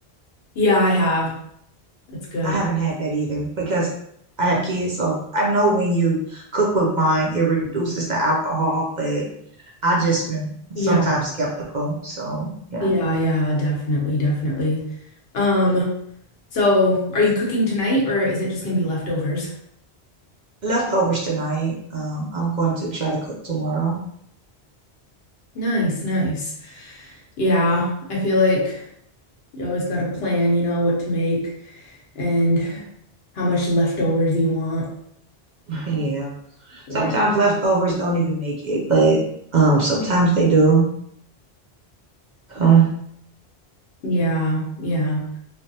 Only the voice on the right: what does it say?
I haven't had that either because I have kids. So I know when you cook with wine, it reduces the alcohol, but I just am
sometimes skeptical. So yeah.
Leftovers tonight. Um, I'm going to try to cook tomorrow. <laughs>
Yeah.
Sometimes leftovers don't even make it, but um, sometimes they do. So,